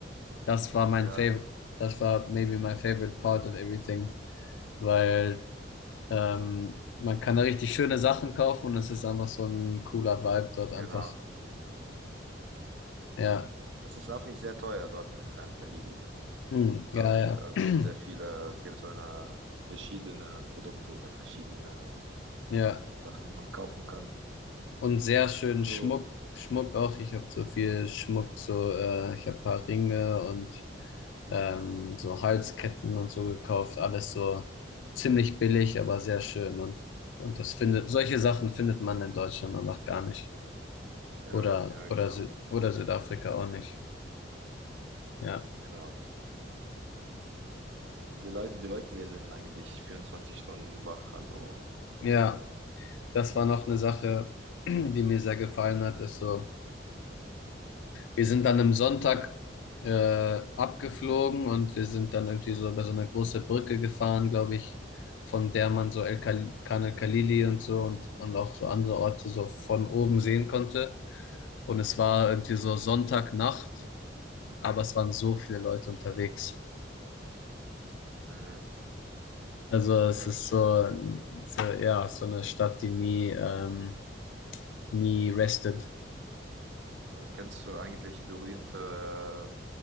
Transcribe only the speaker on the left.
Das war mein
favorite, das war maybe my favorite part of everything, weil ähm, man kann da richtig schöne Sachen kaufen und es ist einfach so ein cooler Vibe dort
einfach. Ja,
hm, ja,
ja,
<clears throat>
ja.
Und sehr schön
Schmuck, Schmuck auch. Ich habe so viel Schmuck, so äh, ich habe ein paar Ringe und ähm, so Halsketten und so gekauft. Alles so ziemlich billig, aber sehr schön. Und, und das findet, solche Sachen findet man in Deutschland einfach gar nicht.
Oder,
oder, Sü oder Südafrika auch nicht. Ja.
Ja, das war noch eine Sache, <clears throat> die mir sehr gefallen hat, ist so, Wir sind dann am Sonntag
äh, abgeflogen und wir sind dann irgendwie so über so eine große Brücke gefahren, glaube ich, von der man so El Kal- Khan el-Khalili und so und, und auch so andere Orte so von oben sehen konnte. Und es war irgendwie so Sonntagnacht, aber es waren so viele Leute unterwegs.
Also es
ist
so,
so ja, so eine Stadt, die nie, ähm, nie restet.